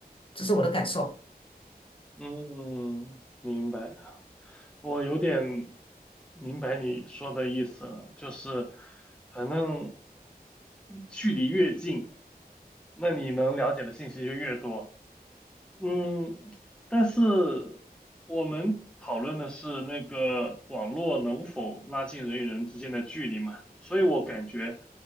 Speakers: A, on the left; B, in the centre.
A: 这是我的感受。
B: 嗯，明白。我有点明白你说的意思了，就是反正距离越近，那你能了解的信息就越多。嗯，但是我们讨论的是那个网络能否拉近人与人之间的距离嘛，所以我感觉，